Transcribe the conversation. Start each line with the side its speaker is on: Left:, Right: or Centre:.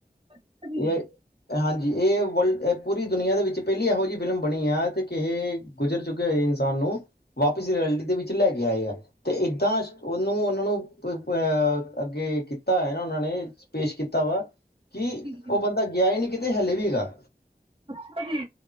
Right: ਅੱਛਾ ਜੀ
Left: ਇਹ ਹਾਂਜੀ ਇਹ ਵਰਲਡ ਪੂਰੀ ਦੁਨੀਆਂ ਦੇ ਵਿੱਚ ਪਹਿਲੀ ਇਹੋ ਜਿਹੀ ਫਿਲਮ ਬਣੀ ਆ ਤੇ ਕਿਹੇ ਗੁਜ਼ਰ ਚੁੱਕੇ ਹੋਏ ਇਨਸਾਨ ਨੂੰ ਵਾਪਿਸ ਰਐਲਿਟੀ ਦੇ ਵਿੱਚ ਲੈ ਕੇ ਆਏ ਆ ਤੇ ਏਦਾਂ ਉਹਨੂੰ ਉਹਨਾਂ ਨੂੰ ਅਹ ਅੱਗੇ ਕੀਤਾ ਹੈ ਨਾ ਉਹਨਾਂ ਨੇ ਪੇਸ਼ ਕੀਤਾ ਵਾ ਕਿ
Right: ਜੀ ਜੀ
Left: ਉਹ ਬੰਦਾ ਗਿਆ ਹੀ ਨਹੀਂ ਕਿਤੇ ਹਲੇ ਵੀ ਹੈਗਾ।
Right: ਅੱਛਾ ਜੀ।